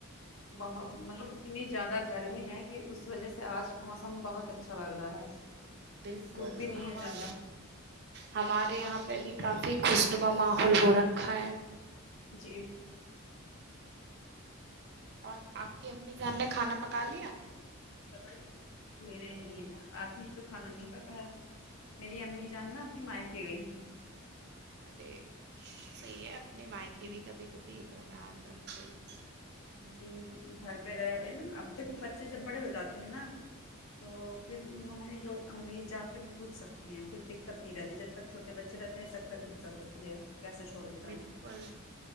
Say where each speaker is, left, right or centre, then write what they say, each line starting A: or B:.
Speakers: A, on the left; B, on the right.
A: بہت مطلب اتنی زیادہ گرمی ہے کہ اس وجہ سے آج کا موسم بہت اچھا لگ رہا ہے
B: بالکل
A: دھوپ بھی نہیں
B: ہمار
A: ہے زیادہ
B: ہمارے یہاں پہ بھی کافی خوشنما ماحول ہو رکھا ہے
A: جی
B: اور آپ کی امی جان نے کھانا پکا لیا
A: نہیں نہیں نہیں آبھی تو کھانا نہیں پکایا میری امی جان نا ابھی مائکے گئی ہیں
B: ارے صحیح ہے اپنے مائی کے بھی کبھی کبھی ہونا آ جانا صحیح ہے
A: جی گھر پہ رہ رہے ہیں نا اب دیکھو بچے جب بڑے ہو جاتے ہیں نا تو پھر ممی لو امی جا کے رک سکتی ہیں کچھ دقت نہیں رہتی جب تک چھٹے بچے رہتے ہیں تب تک دقت ہوتی ہے کیسے چھوڑ کے جائیں
B: بالکل